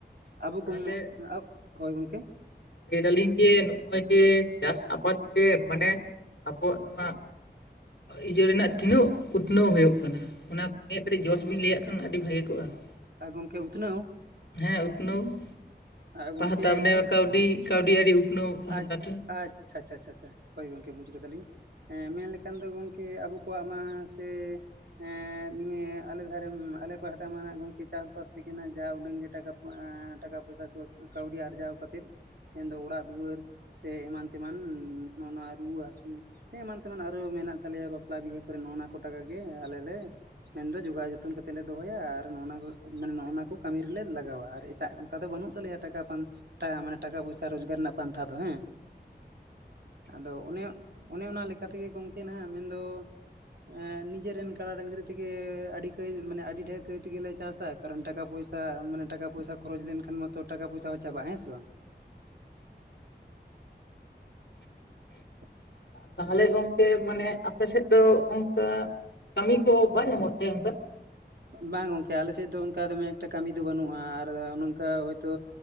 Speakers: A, on the right (about 65°); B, on the left (about 75°).
A: ᱟᱵᱚ
B: ᱛᱟᱦᱚᱞᱮ
A: ᱠᱚᱢ, ᱦᱳᱭ ᱜᱚᱢᱠᱮ?
B: ᱞᱟᱹᱭ ᱫᱟᱞᱤᱧ ᱡᱮ ᱱᱚᱜ-ᱚᱭ ᱡᱮ ᱪᱟᱥ ᱟᱵᱟᱫᱽ ᱛᱮ ᱢᱟᱱᱮ ᱟᱵᱚᱣᱟᱜ ᱱᱚᱣᱟ ᱤᱭᱟᱹ ᱨᱮᱱᱟᱜ ᱛᱤᱱᱟᱹᱜ ᱩᱛᱱᱟᱹᱣ ᱦᱩᱭᱩᱜ ᱠᱟᱱᱟ ᱚᱱᱟ ᱠᱚᱜᱮ ᱠᱟᱹᱴᱤᱡ ᱡᱚᱥ ᱵᱤᱱ ᱞᱟᱹᱭᱟᱜ ᱠᱷᱟᱱ ᱟᱹᱰᱤ ᱵᱷᱟᱹᱜᱤ ᱠᱚᱜ-ᱟ ᱾ <inaudible>
A: ᱟᱨ ᱜᱚᱝᱠᱮ ᱩᱛᱱᱟᱹᱣ
B: ᱦᱮᱸ ᱩᱛᱱᱟᱹᱣ <inaudible>
A: ᱟᱨ ᱜᱚᱝᱠᱮ
B: ᱯᱟᱦᱴᱟᱜ ᱢᱟᱱᱮ
A: ᱢᱮᱱ
B: ᱠᱟᱹᱣᱰᱤ ᱠᱟᱹᱣᱰᱤ ᱟᱹᱨᱤ ᱩᱛᱱᱟᱹᱣ ᱯᱟᱦᱴᱟ
A: ᱟᱪ
B: ᱴᱷᱮᱱ
A: ᱟᱪᱪᱷᱟ ᱟᱪᱪᱷᱟ, ᱦᱳᱭ ᱜᱚᱝᱠᱮ ᱵᱩᱡ ᱠᱮᱫᱟᱞᱤᱧ ᱾ ᱦᱮᱸ, ᱢᱮᱱ ᱞᱮᱠᱷᱟᱱ ᱫᱚ ᱜᱚᱢᱠᱮ ᱟᱵᱚ ᱠᱚᱣᱟᱜ ᱢᱟ ᱥᱮ ᱮᱸ, ᱱᱤᱭᱟᱹ ᱟᱞᱮ ᱫᱷᱟᱨᱮ ᱟᱞᱮ ᱯᱟᱦᱴᱟ ᱢᱟ ᱜᱚᱝᱠᱮ ᱪᱟᱥᱵᱟᱥ ᱛᱮᱜᱮ ᱱᱟᱦᱟᱜ ᱡᱟᱦᱟᱸ ᱩᱰᱟᱹᱝ ᱜᱮ ᱴᱟᱠᱟ ᱴᱟᱠᱟ ᱯᱚᱭᱥᱟ ᱠᱚ ᱠᱟᱹᱣᱰᱤ ᱟᱨᱡᱟᱣ ᱠᱟᱛᱮᱫ ᱫᱚ ᱚᱲᱟᱜ ᱫᱩᱣᱟᱹᱨ ᱥᱮ ᱮᱢᱟᱱ ᱛᱮᱢᱟᱱ ᱱᱚᱜ-ᱱᱟ ᱱᱚᱣᱟ ᱨᱩᱣᱟᱹ ᱦᱟᱹᱥᱩ ᱥᱮ ᱮᱢᱟᱱ ᱛᱮᱢᱟᱱ ᱟᱨᱚ ᱢᱮᱱᱟᱜ ᱛᱟᱞᱮᱭᱟ ᱵᱟᱯᱞᱟ ᱵᱤᱦᱟᱹ ᱠᱚᱨᱮ ᱱᱚᱜ- ᱱᱚᱣᱟ ᱠᱚ ᱴᱟᱠᱟ ᱜᱮ ᱟᱞᱮ ᱞᱮ ᱢᱮᱱᱫᱚ ᱡᱚᱜᱟᱣ ᱡᱚᱛᱚᱱ ᱠᱟᱛᱮᱫ ᱞᱮ ᱫᱚᱦᱚᱭᱟ ᱟᱨ ᱱᱚᱜ-ᱱᱟ ᱢᱟᱱᱮ ᱱᱚᱜ-ᱱᱚᱣᱟ ᱠᱚ ᱠᱟᱹᱢᱤ ᱨᱮᱞᱮ ᱞᱟᱜᱟᱣᱟ ᱾ ᱟᱨ ᱚᱱᱠᱟ ᱫᱚ ᱵᱟᱹᱱᱩᱜ ᱛᱟᱞᱮᱭᱟ ᱴᱟᱠᱟ ᱢᱟᱱᱮ ᱴᱟᱠᱟ ᱯᱚᱭᱥᱟ ᱨᱳᱡᱽᱜᱟᱨ ᱨᱮᱱᱟᱜ ᱯᱟᱱᱛᱷᱟ ᱫᱚ, ᱦᱮᱸ ᱾ ᱟᱫᱚ ᱚᱱᱮ ᱚᱱᱮ ᱚᱱᱟ ᱞᱮᱠᱟ ᱛᱮᱜᱮ ᱜᱚᱢᱠᱮ ᱦᱟᱜ ᱢᱮᱱᱫᱚ ᱮᱸ, ᱱᱤᱡᱮ ᱨᱮᱱ ᱠᱟᱲᱟ ᱰᱟᱺᱝᱨᱤ ᱛᱮᱜᱮ ᱟᱹᱰᱤ ᱠᱟᱹᱭ ᱢᱟᱱᱮ ᱟᱹᱰᱤ ᱰᱷᱮᱨ ᱠᱟᱹᱭ ᱛᱮᱜᱮ ᱞᱮ ᱪᱟᱥ ᱠᱟᱨᱚᱱ ᱴᱟᱠᱟ ᱯᱚᱭᱥᱟᱹ ᱢᱟᱱᱮ ᱴᱟᱠᱟ ᱟ ᱾ ᱠᱟᱨᱚᱱ ᱴᱟᱠᱟ ᱯᱚᱭᱥᱟ ᱢᱟᱱᱮ ᱴᱟᱠᱟ ᱯᱚᱭᱥᱟ ᱠᱷᱚᱨᱚᱪ ᱞᱮᱱᱠᱷᱟᱱ ᱢᱟᱛᱚ ᱴᱟᱠᱟ ᱯᱚᱭᱥᱟ ᱦᱚᱸ ᱪᱟᱵᱟᱜ-ᱟ ᱦᱮᱸ ᱥᱮ ᱵᱟᱝ ᱾ <inaudible>
B: ᱛᱟᱦᱚᱞᱮ ᱜᱚᱝᱠᱮ ᱢᱟᱱᱮ ᱟᱯᱮ ᱥᱮᱫ ᱫᱚ ᱚᱱᱠᱟ ᱠᱟᱹᱢᱤ ᱠᱚ ᱵᱟᱝ ᱧᱟᱢᱚᱜ ᱛᱮ ᱚᱝᱠᱟ?
A: ᱵᱟᱝ ᱜᱚᱝᱠᱮ ᱟᱞᱮ ᱥᱮᱫ ᱫᱚ ᱚᱱᱠᱟ ᱫᱚᱢᱮ ᱮᱠᱴᱟ ᱠᱟᱹᱢᱤ ᱫᱚ ᱵᱟᱹᱱᱩᱜ-ᱟ ᱾ ᱟᱨ ᱱᱚᱝᱠᱟ ᱦᱳᱭᱛᱳ